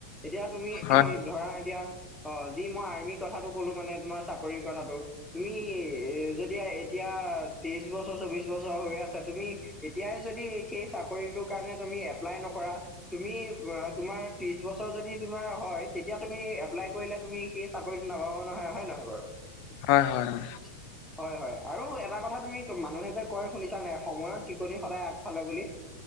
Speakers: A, in the centre; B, on the left (about 45°).
A: এতিয়া তুমি
B: হয়
A: ধৰা এতিয়া অ যি মই আৰ্মি কথাটো কলো মানে তোমাৰ চাকৰিৰ কথাটো। তুমি এ যদি এতিয়া তেইশ বছৰ চৌবিশ বছৰ হৈ আছা তুমি। এতিয়াই যদি সেই চাকৰিটোৰ কাৰণে তুমি এপ্লাই নকৰা। তুমি বা তোমাৰ ত্ৰিশ বছৰ যদি তোমাৰ হয় তেতিয়া তুমি এপ্লাই কৰিলে তুমি। সেই চাকৰিটো নাপাবা নহয় হয় নহয় বাৰু।
B: হয় হয় অ।
A: <unintelligible> হয় হয় আৰু এটা কথা তুমি মানুহে যে কয় শুনিছা নাই সময়ৰ টিকনি সদায় আগফালে বুলি।